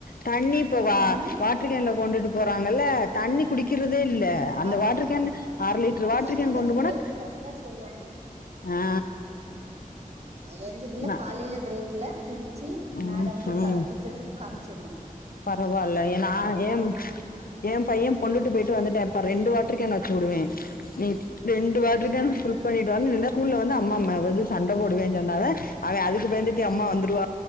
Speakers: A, on the left; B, on the right.
A: தண்ணி இப்ப வா
B: தண்ணி மேம்
A: வாட் ரு கேன்ல கொண்டுட்டு போறாங்கல்ல தண்ணி குடிக்கிறதே இல்ல அந்த
B: ஆமா
A: வாட்டர்
B: மேம்
A: கேன்னு அர லிட்டர் வாட்டர்
B: எங்களுக்கு
A: கேனு கொண்டு
B: அந்த
A: போனா
B: பிரேக்கு கரெக்டா சொல்லுவாங்க மேம்
A: ஆ
B: ஆ எங்க இதுல
A: நா
B: காலைல பிரேக்ல குடிச்சு
A: ம்
B: மேடம்க்கு க
A: ம்
B: டீச்சர்ஸ்க்கு காமிச்சர்ணு
A: பரவால்ல ஏனா எம் ஏ பைய கொண்டுட்டு போயிட்டு வந்துட்டே இப்ப ரெண்டு வாட்டர்கேன் வச்சுடுவே நீ ரெண்டு வாட்டர்கேனு
B: ஏ
A: ஃபுல் ஃபுல் பண்ணிட்டு வா ரெண்டாது ஸ்கூல்ல வந்து அம்மா மே இது சண்ட போடுவேன்னு சொன்னால அவன் அதுக்கு பயந்துட்டு அம்மா வந்துடுவா